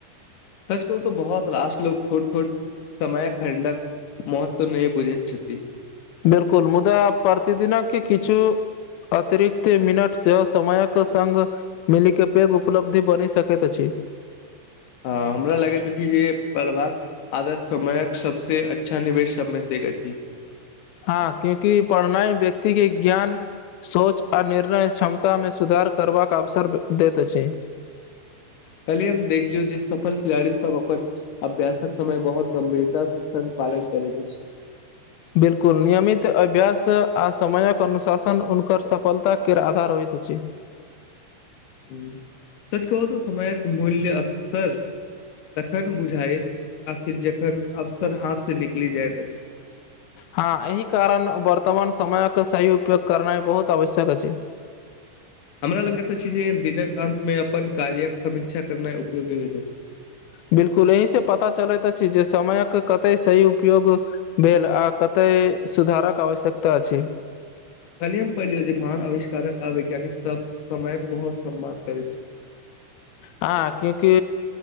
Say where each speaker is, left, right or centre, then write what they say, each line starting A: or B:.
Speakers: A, on the left; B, on the left.
A: सच कहु तो बहुत रास लो छोट छोट समय खंडक मत्व नै बुझैत छथि
B: बिलकुल मुदा प्रति दिनक कि किछु अतिरिक्त मिनटसँ सेहो समयक संग मिली के पैघ उपलब्धि बनी सकैत अछि
A: हँ हमरा लगैत अछि जे पढ़बाक आदत समयक सबसे अच्छा निवेश सब मे से एक अछि
B: हँ क्यूंकि पढ़नाइ व्यक्ति के ज्ञान सोच आ निर्णय क्षमता मे सुधार करबाक अवसर दैत अछि
A: कल्हि हम देखलियौ जे सफल खिलाड़ी सब अपन अभ्यासक समय बहुत गंभीरता संग पालन करैत अछि
B: बिलकुल नियमित अभ्यास आ समयक अनुशासन उनकर सफलताके आधार होइत अछि
A: हू सच कहू त समयक मूल्य अक्सर तखन बुझायइत आखिर जखन अवसर हाथ से निकलि जाइत अछि
B: हँ एहि कारण बर्तमान समयक सही उपयोग करना बहुत आवश्यक अछि
A: हमरा लगैत अछि जे दिनक अंत मे अपन कार्यक समीक्षा करनाइ उपयोगी होइत अछि
B: बिलकुल एहि से पता चलैत अछि जे समयक कते सही उपयोग भेले आ कते सुधारक आवश्यकता अछि
A: कल्हि हम पहिलियं जे महान अविष्कारक आ वैज्ञानिक सब समयक बहुत सम्माना करैत छली
B: हँ क्यूकि